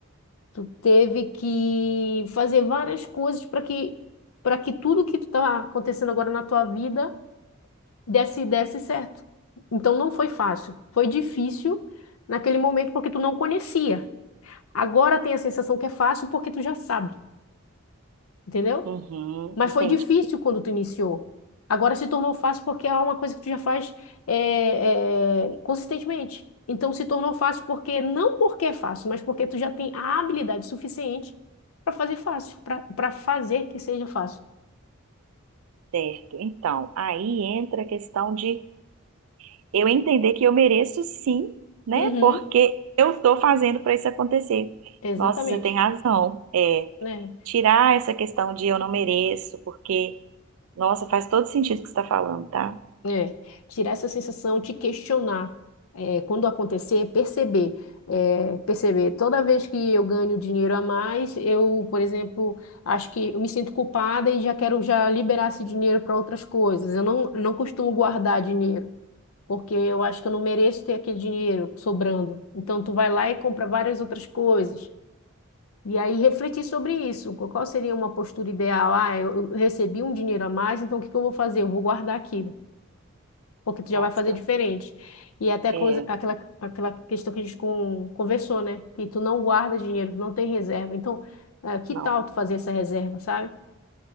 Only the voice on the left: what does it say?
Tu teve que fazer várias coisas para que para que tudo que tu tá acontecendo agora na tua vida desse desse certo. Então não foi fácil, foi difícil naquele momento porque tu não conhecia. Agora tem a sensação que é fácil porque tu já sabe, entendeu?
Mas
foi difícil quando tu iniciou. Agora se tornou fácil porque é uma coisa que tu já faz é, é, consistentemente. Então se tornou fácil porque, não porque é fácil, mas porque tu já tem a habilidade suficiente para fazer fácil, para para fazer que seja fácil.
Uhum,
exatamente.
Né?
É, tirar essa sensação de questionar, é, quando acontecer, perceber, é, perceber. Toda vez que eu ganho dinheiro a mais, eu, por exemplo, acho que eu me sinto culpada e já quero já liberar esse dinheiro para outras coisas. Eu não, não costumo guardar dinheiro, porque eu acho que eu não mereço ter aquele dinheiro sobrando. Então, tu vai lá e compra várias outras coisas. E aí refletir sobre isso, qual qual seria uma postura ideal? Ah, eu eu recebi um dinheiro a mais, então o que que eu vou fazer? Eu vou guardar aqui porque tu já
vai fazer diferente. E é até aquela,
aquela aquela questão que a gente con- conversou, né? Que tu não guarda dinheiro, tu não tem reserva. Então, ah, que
tal tu fazer essa reserva, sabe?